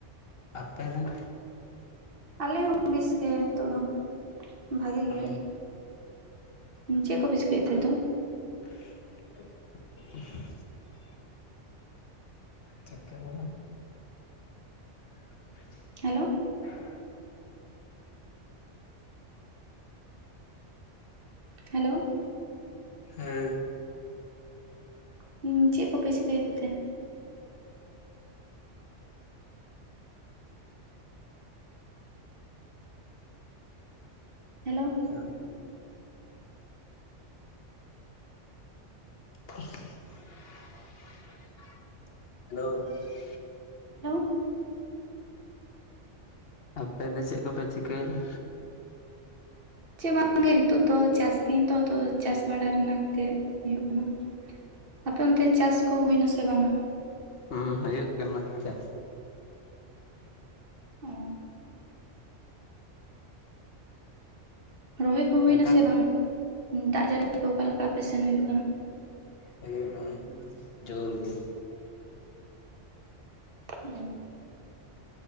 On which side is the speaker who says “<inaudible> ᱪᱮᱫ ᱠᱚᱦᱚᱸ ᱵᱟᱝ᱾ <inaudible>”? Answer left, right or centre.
Left